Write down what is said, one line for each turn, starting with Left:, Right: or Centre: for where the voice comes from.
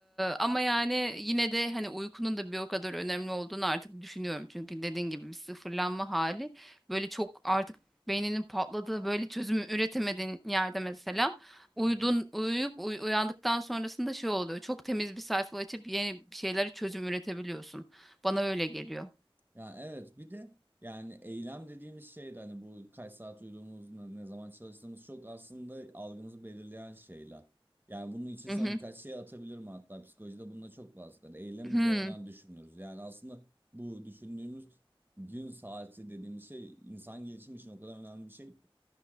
Centre: ama yani yine de hani uykunun da bir o kadar önemli olduğunu artık düşünüyorum. Çünkü dediğin gibi bir sıfırlanma hali böyle çok artık beyninin patladığı böyle çözümü üretemediğin yerde mesela uyudun
Right: <laughs>
Centre: uyuyup uy- uyandıktan sonrasında şey oluyor. Çok temiz bir sayfa açıp yeni bir şeylere çözüm üretebiliyorsun. Bana öyle geliyor.
Right: Ya evet bir de yani eylem dediğimiz şey de hani bu kaç saat uyuduğumuz ne, ne zaman çalıştığımız çok aslında algımızı belirleyen şeyler. Yani bunun için
Centre: Hı
Right: sana
Centre: hı.
Right: birkaç şey atabilirim hatta psikolojide bununla çok bahseder. Eylem
Centre: Hı.
Right: üzerinden düşünüyoruz. Yani aslında bu düşündüğümüz gün saati dediğimiz şey insan gelişimi için o kadar önemli bir şey. ki.